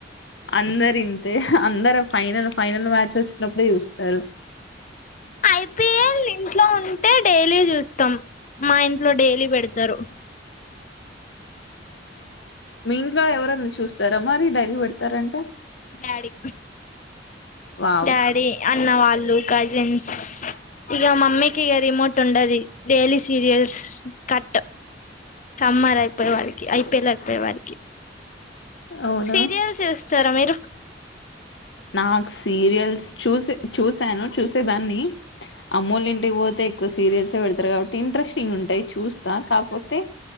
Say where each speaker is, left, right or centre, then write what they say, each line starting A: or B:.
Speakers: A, on the left; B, on the left.
A: అందరు ఇంతే అందరు ఫైనల్ ఫైనల్ మ్యాచ్ వచ్చినప్పుడే చూస్తారు.
B: ఐపిఎల్ ఇంట్లో ఉంటే డైలీ చూస్తాం మా ఇంట్లో డైలీ పెడతారు.
A: మీ ఇంట్లో ఎవరన్నా చూస్తారా మరి డైలీ పెడతారంటే.
B: Daddy,
A: wow!
B: డాడీ అన్న వాళ్ళు కజిన్స్. ఇక మమ్మీకిక రిమోట్ ఉండది. డైలీ సీరియల్స్, కట్టు సమ్మర్ ఐపీఎల్ అయిపోయే వారికి,
A: అవునా?
B: సీరియల్స్ సరే మీరు
A: నాకు సీరియల్స్ చూసే చూసాను చూసేదాన్ని అమ్మోళ్ల ఇంటికి పోతే ఎక్కువ సీరియల్సే పెడతారు కాబట్టి ఇంట్రెస్టింగ్ ఉంటాయి చూస్తా కాకపోతే